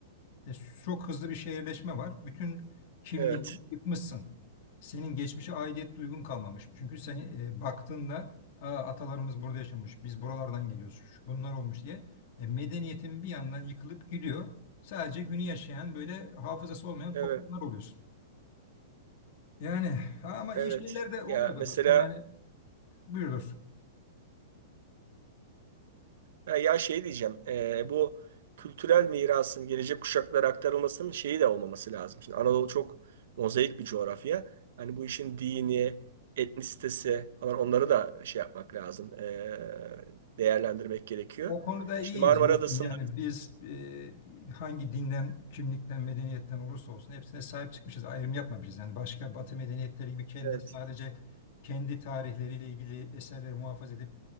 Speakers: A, on the left; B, on the right.
A: E, çok hızlı bir şehirleşme var. Bütün Hı kimliğini
B: Evet,
A: yıkmışsın. Senin geçmişe aidiyet duygun kalmamış. Çünkü seni e, baktığında Aa, atalarımız burada yaşamış, biz buralardan geliyoruz, şu- bunlar olmuş diye e, medeniyetin bir yandan yıkılıp gidiyor. Sadece günü yaşayan böyle hafızası olmayan
B: evet,
A: toplumlar oluyorsun. Yani ama
B: evet.
A: iyi şeyler de oluyor
B: Ya
A: da
B: mesela
A: dostum. Yani buyur dostum.
B: Ya, ya şey diyeceğim, e, bu kültürel mirasın gelecek kuşaklara aktarılmasının şeyi de olmaması lazım. Şimdi Anadolu çok mozaik bir coğrafya. Hani bu işin dini, etnisitesi falan onları da şey yapmak lazım, e, değerlendirmek gerekiyor.
A: O konuda iyiyiz
B: Şimdi Marmara
A: dostum.
B: Adası'nda
A: Yani biz e, hangi dinden, kimlikten, medeniyetten olursa olsun hepsine sahip çıkmışız. Ayrım yapmamışız. Yani başka Batı medeniyetleri gibi kendi
B: evet,
A: sadece kendi tarihleriyle ilgili eserleri muhafaza edip